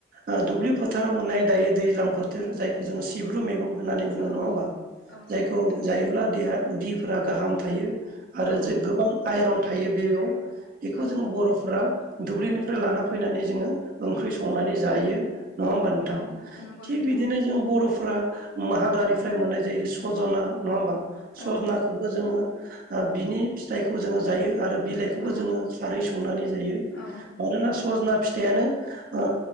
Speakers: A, on the right; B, on the left.
A: ओ दुब्लि फोथाराव मोननाय दायो दैज्लां फोथोर
B: औ
A: जायखौ जोंङो सिब्रु मैगं होननानै बुङो
B: औ
A: नङा होमबा?
B: औ नंगौ
A: जायखौ
B: नोंथां
A: जायोब्ला देहा उदिफोरा गाहाम थायो, आरो
B: औ
A: गोबां आइरन थायो बेयाव बेखौ
B: औ
A: जों बर'फ्रा दुब्लिनिफ्राय लाना फैनानै जोंङो ओंख्रि
B: औ
A: संनानै जायो। नङा होमबा नोंथां?
B: औ नंगौ
A: थिग
B: नोंथां
A: बिदिनो जों उफ्रा हाग्रानिफ्राय मोननाय जायो सजना नङा होमबा सजनाखौबो
B: औ
A: जोंङो ओ बिनि फिथाइखौ जोंङो जायो। आरो बिलाइखौबो
B: औ
A: जोंङो खारै संनानै जायो।
B: औ
A: मानोना सजना फि फिथायानो ओ